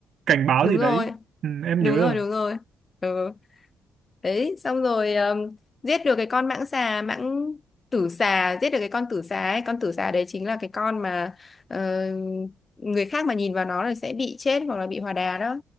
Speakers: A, on the right; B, on the left.
A: cảnh báo
B: đúng
A: gì
B: rồi
A: đấy ừ, em
B: đúng
A: nhớ
B: rồi
A: rồi
B: đúng rồi ừ. đấy xong rồi um, giết được cái con mãng xà mãng tử xà giết được cái con tử xà ấy con tử xà đấy chính là cái con mà ờ, người khác mà nhìn vào nó là sẽ bị chết hoặc là bị hòa đà đó